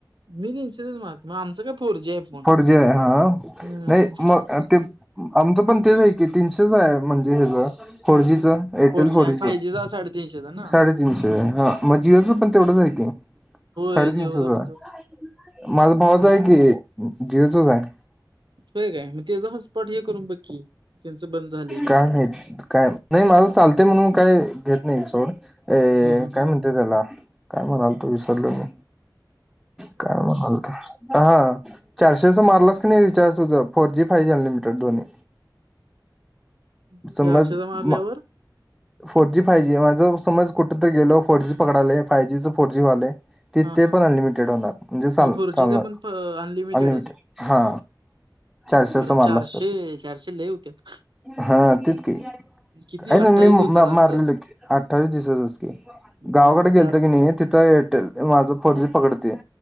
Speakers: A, on the right; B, in the centre.
A: मी तीनशेचाच महाग मग आमचं काय फोर जी आहे फोन.
B: फोर जी आहे हा,
A: हम्म
B: नाही मग अ ते आमचं पण तेच आहे की, तीनशेच आहे म्हणजे हेच फोर जी च, एअरटेल फोर
A: जी आणि
B: जीच
A: फाय जीचा साडेतीनशेचा ना
B: साडेतीनशे. म जिओ च पण तेवढंच आहे की.
A: होय
B: साडेतीनशेचा
A: जिओचा पण
B: आहे,
A: तो
B: माझ भावाचा
A: काय
B: आहे
A: माहित
B: की जिओचा च आहे
A: होय काय म तेचा हॉट स्पॉट हे करून बघ की त्यांचं बंद झालंय काय
B: का माहित, काय नाही माझ चालतय म्हणून काय घेत नाही सोड. ए
A: हा हा
B: काय
A: हा
B: म्हणत्यात
A: हा
B: त्याला काय म्हणालतो विसरलो मी काय म्हणालतो? हा चारशेचा मारलास क नयी रिचार्ज तुझ four G, five G unlimited दोन्ही.
A: चारशेचा
B: समज
A: मारल्यावर
B: म फोर जी, फाय जी जर समज कुठ तर गेलो फोर जी पकडालय, फाय जी च फोर जी व्हालय तिथे
A: हा हा हा.
B: पण
A: म्हणजे
B: अनलिमिटेड होणार, म्हणजे चाल
A: फोर
B: चालणार
A: जीच पण अनलिमिटेडच.
B: अनलिमिटेड हा. चारशेचा
A: खरं
B: मारला
A: चारशे
B: असतात
A: चारशे लय हुत्यात.
B: हा तेच की
A: किती
B: काय
A: अठ्ठावीस
B: नाय मी
A: दिवसाचा
B: मार
A: असल
B: मारलेल की अठ्ठावीस दिवसाच च की
A: मग
B: गावाकडे
A: चार
B: गेलतो की तिथं हाय एअरटेल माझं फोर जी पकडतय